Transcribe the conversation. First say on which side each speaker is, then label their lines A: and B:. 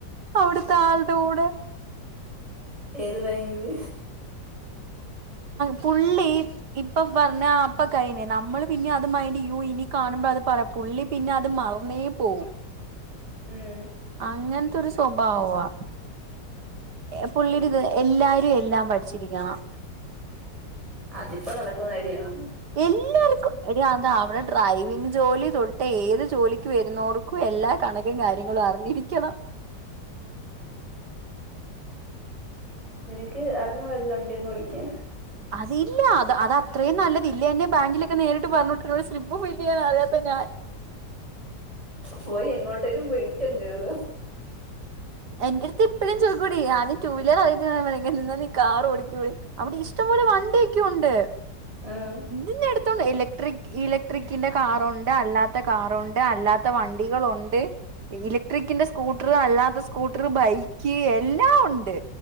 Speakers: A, on the right (about 70°); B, on the right (about 20°).
A: അവിട്ത്തെ ആളുടെ കൂടെ
B: ഏത് ബാങ്കില്?
A: പുള്ളി ഇപ്പോ പറഞ്ഞാ പ്പോ കഴിഞ്ഞ് നമ്മള് പിന്നെ അത് മയ്ന്റയ്യോ ഇനി കാണുമ്പോ അത് പറ്യ പുള്ളി പിന്നെ അത് മറന്നേ പോകും.
B: ഉം
A: അങ്ങൻത്തൊരു സ്വഭാവാ പുള്ളിടെ
B: അതുകൊണ്ട്
A: ഇത് എല്ലാരോ എല്ലാം പഠിച്ചിരിക്കണം.
B: അതിപ്പോ നടക്കുന്ന കാര്യണോ?
A: എല്ലാരും എടീ അതാ അവടെ ഡ്രൈവിങ് ജോലി തൊട്ടേ ഏത് ജോലിക്ക് വരുന്നോർക്കും എല്ലാ കണ <unintelligible> കാര്യങ്ങളും അറിഞ്ഞിരിക്കണം.
B: നിനക്ക് അറിഞ്ഞ് <unintelligible> വണ്ടി ഒന്ന് ഓടിക്കാൻ.
A: അതില്ല അത് അതാ ഇത്രയും നല്ല <unintelligible> ന്നെ ബാങ്കിലൊക്കെ നേരിട്ട് പർഞ്ഞുട്ട് സ്ലിപ്പ് ഫില്ലയ്യാ അറിയാത്ത ഞാൻ.
B: പോയി എങ്ങോട്ടേലും പോയി ചെന്നേറ
A: എൻ്റെട്ത്ത് ഇപ്പഴും ചോയ്ക്കൂടി ആദ്യം ടു വീലർ <unintelligible> നീ കാർ ഓടിക്കൂടി. അവിടെ ഇഷ്ടംപോലെ വണ്ടിയൊക്കെ ഉണ്ട്.
B: ആഹ്
A: <unintelligible> ഇലക്ട്രിക് ഇലക്ട്രിക്കിന്റെ കാറുണ്ട് അല്ലാത്ത കാറുണ്ട് അല്ലാത്ത വണ്ടികളുണ്ട്. ഇലക്ട്രിക്കിന്റെ സ്കൂട്ടർ അല്ലാത്ത സ്കൂട്ടർ ബൈക്കി എല്ലാം ഉണ്ട്.